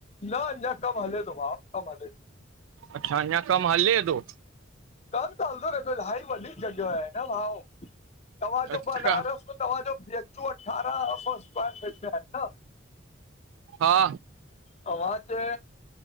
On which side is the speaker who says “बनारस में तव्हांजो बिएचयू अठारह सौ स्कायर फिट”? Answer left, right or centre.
Left